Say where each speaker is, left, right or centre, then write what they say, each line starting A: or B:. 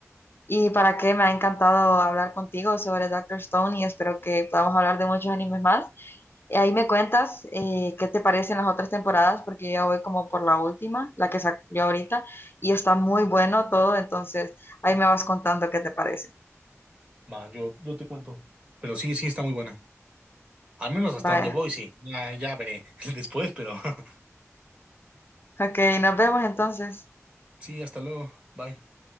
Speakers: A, on the left; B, on the right.
A: Y para qué me ha encantado hablar contigo sobre Doctor Stone y espero que podamos hablar de muchos animes más. Eh, Ahí me cuentas eh, qué te parecen las otras temporadas, porque yo ya voy como por la última, la que salió ahorita, y está muy bueno todo, entonces ahí me vas contando qué te parece.
B: va, yo, yo te cuento. Pero sí, sí, está muy buena. Al menos hasta
A: Bye.
B: donde voy, sí. Ya, ya veré <laughs> después, pero <laughs>
A: Ok, nos vemos entonces.
B: sí, hasta luego. Bye.